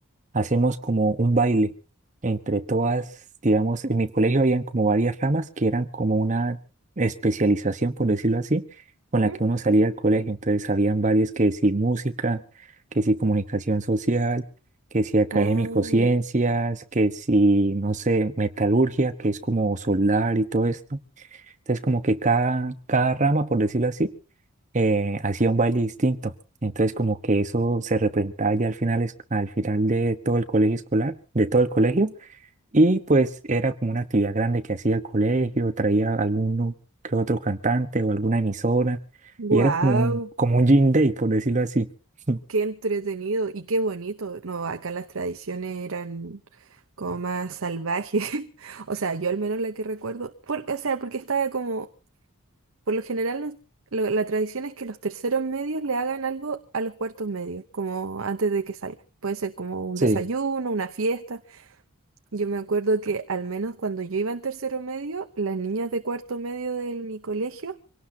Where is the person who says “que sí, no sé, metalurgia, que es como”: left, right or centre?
Right